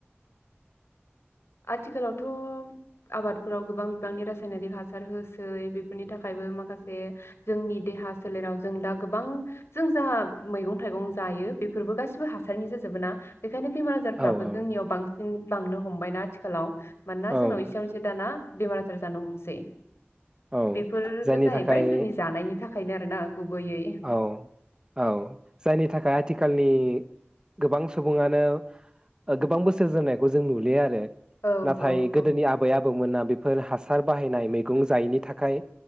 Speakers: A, on the left (about 70°); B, on the right (about 20°).
A: आथिखालावथ' आबादफोराव गोबां बिबांनि रासायनारिक हासार होसै बेफोरनि थाखायबो माखासे जोंनि देहा सोलेराव जों दा गोबां जों जा मैगं थाइगं जायो बेफोरबो गासिबो हासारनि जाजोबोना बेखायनो बेमार आजारफ्राबो
B: औ औ
A: जोंनियाव बांसिन बांनो हमबाय थि खालाव मोनानोना
B: औ
A: जोंनाव एसेयावनोसै दाना बेमार आजार जानो हमसै।
B: औ
A: बेफोरबो
B: जायनि
A: जाहैबाय
B: थाखाय
A: जोंनि जानायनि थाख खायनो आरोना। गुबैयै
B: औ औ जायनि थाखाय आथिखालनि गो गोबां सुंबुङानो ओ गोबां बोसोर जोरनायखौ जों नुयो आरो।
A: औ
B: नाथाय
A: औ
B: गोदोनि आबै आबौमोना बे फोर हासार बाहायनाय मैगं जायैनि थाखाय